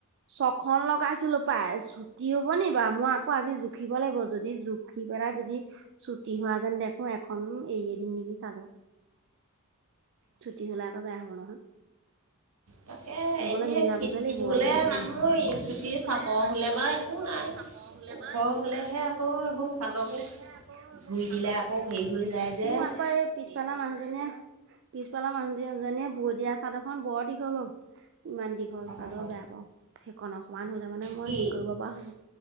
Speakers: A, on the right; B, on the right.
A: ছখন লগাইছিলো পাই ছুটি হ'ব নি' বাৰু মই, আকৌ আজি জুখিব লাগিব, যদি জুখি পেলাই যদি চুটি হোৱা যেন দেখো এখন এৰিয়ে দিম নেকি চাদৰ। ছুটি হলে আকৌ বেয়া হব নহয়।
B: তাকে
A: নহলে
B: এনেই
A: মিলাবগে
B: ক্ষীণ
A: লাগিব
B: হ'লে
A: দুখন
B: মানুহ চুটি
A: হলে
B: চাপৰ
A: মানহু
B: বাৰু একো নাই।
A: চাপৰ হলে
B: ওখ
A: ব একো
B: হ'লেহে
A: নাই
B: আকৌ এইবোৰ
A: ওখ
B: চাদৰবোৰ
A: হলেহে আকৌ এইবোৰ
B: ধুই দিলে আকৌ হেৰি হৈ যায় যে।
A: মোৰ আকৌ এই পিছফালা মানুহজনীয়ে। <unintelligible> পিছ পালৰ মানুহ দুজনীয়ে ব দিয়া চাদ এখন বৰ দীঘল হল ইমান দীঘল
B: অ'।
A: চাদৰ বেয়া পাওঁ সেইখন অকমান হ। তোৰ মানে মই
B: কি
A: হেৰি কৰিব পৰা হ'ব